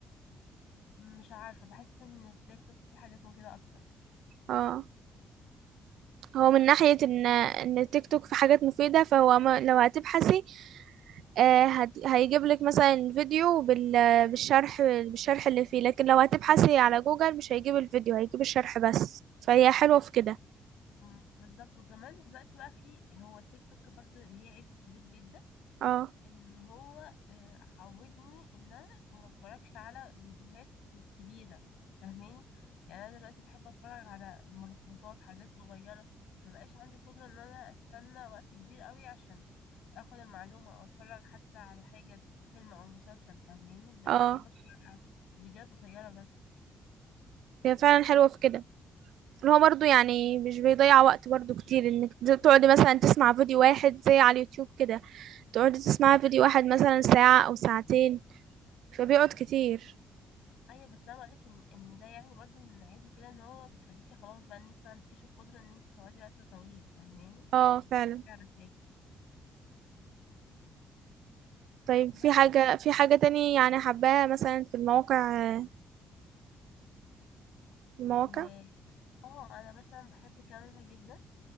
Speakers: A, on the left; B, on the right.
A: مش عارفه بحس ان التيك توك فيه حاجات مفيده اكتر
B: اه هو من ناحية إن إن التيك توك في حاجات مفيدة فهو ما لو هتبحثي آه، هت- هيجيب لك مثلا فيديو بال- بالشرح بالشرح اللي فيه لكن لو هتبحثي على جوجل مش هيجيب الفيديو هيجيب الشرح بس فهي حلوة في كده
A: أمم، بالظبط وكمان دلوقتي بقى فيه هو التيك توك برضو ليه عيب كبير جدا
B: اه
A: ان هو آه، عودني ان انا ما اتفرجش على فيديوهات كبيره فاهماني يعني انا دلوقتي بحب اتفرج على ملخصات حاجات صغيره ما بقاش عندي قدره ان انا استنى وقت كبير قوي عشان اخد المعلومه او اتفرج حتى على حاجه فيلم او مسلسل فاهماني بقيت
B: اه
A: احب اتفرج على فيديوهات قصيره بس
B: هي فعلا حلوة في كده اللي هو برضه يعني مش بيضيع وقت برضه كتير إنك ت- تقعدي مثلا تسمع فيديو واحد زي على اليوتيوب كده تقعدي تسمعي فيديو واحد مثلا ساعة أو ساعتين فبيقعد كتير
A: ايوه بس انا بقولك ان ان ده يعني برضو من عيبه كده ان هو بيخليكي خلاص بقى ان انت ما عندكيش القدره ان انت تقعدي وقت طويل فاهماني
B: اه فعلا
A: بتتفرجي على حاجه
B: طيب
A: بس
B: في حاجة في حاجة تاني يعني حباها مثلا في المواقع المواقع
A: و اه انا مثلا بحب كانفا جدا